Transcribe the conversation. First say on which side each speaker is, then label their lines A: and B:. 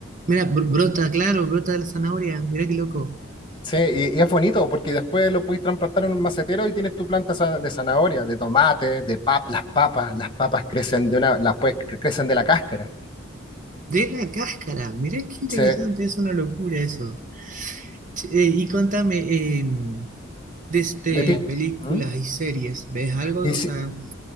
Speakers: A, on the right; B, on the left.
A: mira, br- brota, claro, brota de la zanahoria, mira qué loco.
B: Sí, y, y es bonito porque después lo puedes transplantar en un macetero y tienes tu planta za- de zanahoria, de tomate, de pap, las papas, las papas crecen de una, las puedes- crecen de la cáscara.
A: De la cáscara, mira qué interesante,
B: Sí.
A: es una locura eso. Che, eh, y contame, eh, desde
B: Y a ti-
A: películas
B: ¿Mm?
A: y series, ¿ves algo?
B: Y si-
A: O sea,